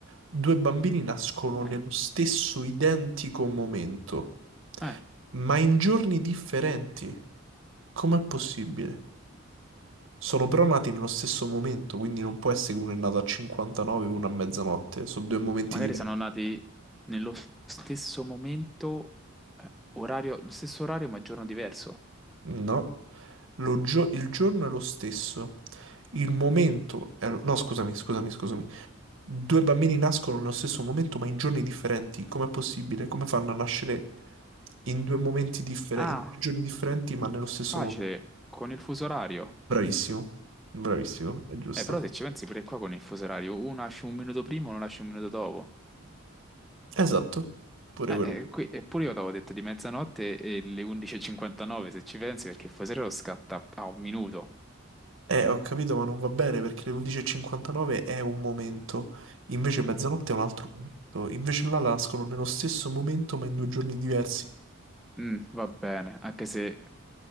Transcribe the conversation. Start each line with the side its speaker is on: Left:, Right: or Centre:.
Right: due bambini nascono
Centre: Eh,
Right: nello stesso identico momento,
Centre: eh,
Right: Ma in giorni differenti? Com'è possibile? Sono però nati nello stesso momento, quindi non può essere che uno è nato a 59 e uno a mezzanotte. Sono due momenti
Centre: magari
Right: diversi.
Centre: sono nati nello stesso momento, eh, orario, lo stesso orario ma giorno diverso.
Right: No, Lo gio- il giorno è lo stesso. Il momento è lo- No, scusami, scusami, scusami. Due bambini nascono nello stesso momento, ma in giorni differenti. Com'è possibile? Come fanno a nascere in due momenti differenti,
Centre: Ah,
Right: in due giorni differenti, ma nello stesso
Centre: facile,
Right: momento?
Centre: con il fuso orario.
Right: Bravissimo, bravissimo, è giusto.
Centre: Eh, però se ci pensi pure qua con il fuso orario, uno nasce un minuto prima, uno nasce un minuto dopo.
Right: Esatto, pure
Centre: Eh,
Right: quello.
Centre: eh, qui, eppure io avevo detto di mezzanotte e le 11.59 se ci pensi, perché il fuso orario scatta a un minuto.
Right: Eh, ho capito, ma non va bene perché le 11.59 è un momento, invece mezzanotte è un altro momento, invece là nascono nello stesso momento ma in due giorni diversi.
Centre: Mm, va bene, anche se eh,